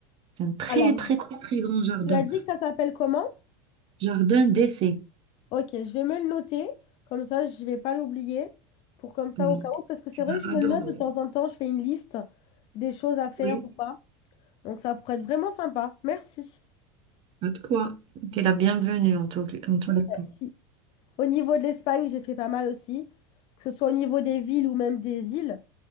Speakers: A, on the right; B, on the left.
A: C'est un très,
B: Alors,
A: très, très, très grand jardin.
B: tu as dit que ça s'appelle comment?
A: Jardin d'essai.
B: Ok, je vais me le noter. Comme ça, je vais pas l'oublier. Pour comme ça,
A: Oui,
B: au cas où. Parce que c'est
A: tu
B: vrai
A: vas
B: que je me
A: adorer.
B: le note de temps en temps, je fais une liste des choses à faire
A: Oui.
B: ou pas. Donc ça pourrait être vraiment sympa. Merci.
A: Pas de quoi. T'es la bienvenue en tout, en tout les cas.
B: Merci. Au niveau de l'Espagne, j'ai fait pas mal aussi, que ce soit au niveau des villes ou même des îles.